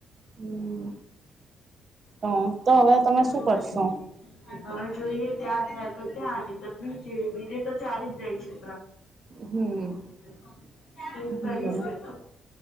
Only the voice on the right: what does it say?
હમ તો તો હવે તમે શું
કરશો
હમ
બને